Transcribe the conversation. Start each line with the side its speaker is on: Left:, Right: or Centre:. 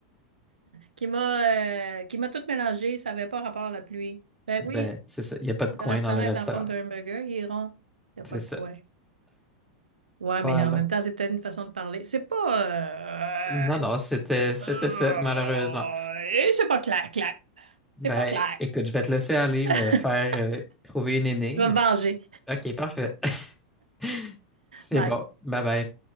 Right: qui m'a euh, qui m'a tout mélangé. Ça avait pas rapport à la pluie. Ben
Centre: Ben,
Right: oui,
Centre: c'est ça. Il n'y a pas de coin
Right: le restaurant
Centre: dans le restaurant.
Right: est en forme d'un hamburger, il est rond. Il n'y
Centre: C'est
Right: a pas
Centre: ça.
Right: de coin. Ouais,
Centre: Voilà.
Right: mais en même temps, c'est peut-être une façon de parler. C'est pas... euh,
Centre: Non, non, c'était, c'était
Right: Euh,
Centre: ça, malheureusement.
Right: et c'est pas clair, clair. C'est
Centre: Ben,
Right: pas clair.
Centre: écoute, je vais te laisser aller
Right: <laughs> Je
Centre: me faire euh, trouver une énigme.
Right: vais me venger.
Centre: OK, parfait. <laughs> C'est
Right: Bye.
Centre: bon. Bye bye.